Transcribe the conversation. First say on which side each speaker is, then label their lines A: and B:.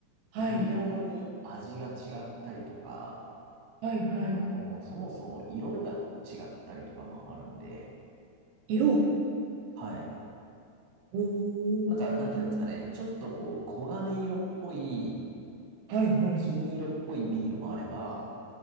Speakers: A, on the right; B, on the right.
A: はい、
B: 微妙に味が違ったりとか、
A: はい、はい。
B: あのー、そもそも色が違ったりとかもあるんで、
A: 色。
B: はい。
A: おー、
B: なんか、なんていうんですかね、ちょっとこう、黄金色っぽい、
A: はい、はい、
B: 金色っぽいビールもあれば、